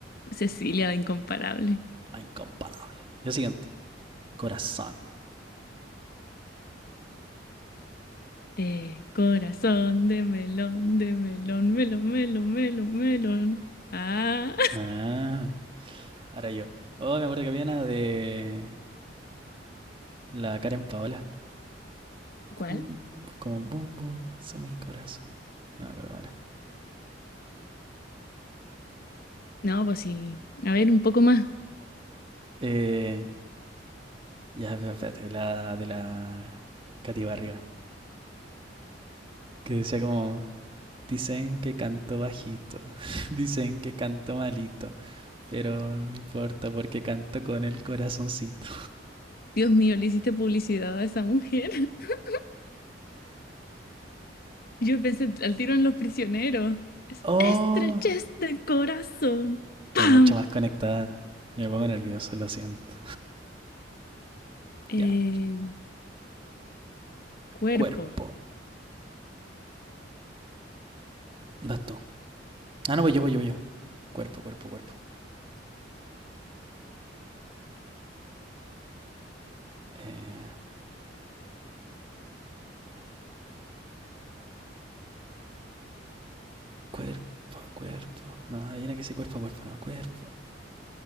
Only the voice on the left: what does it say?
Cecilia, la incomparable.
Eh, corazón de melón, de melón, melón, melón, melón, melón. Ah.
¿Cuál?
No, pues sí. A ver, un poco más.
Dios mío, le hiciste publicidad a esa mujer. <laughs> Yo pensé al tiro en Los Prisioneros. Es
estrechez del corazón.
¡Pam!
Eh,
cuerpo.